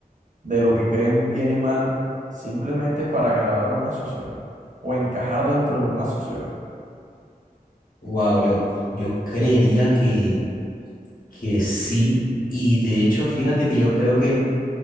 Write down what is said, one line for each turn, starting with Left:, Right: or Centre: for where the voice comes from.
Right: de lo que creen bien y mal simplemente para agradar a una sociedad o encajar dentro de una sociedad?
Left: Wow, yo, yo creería que, que sí. Y de hecho, fíjate que yo creo que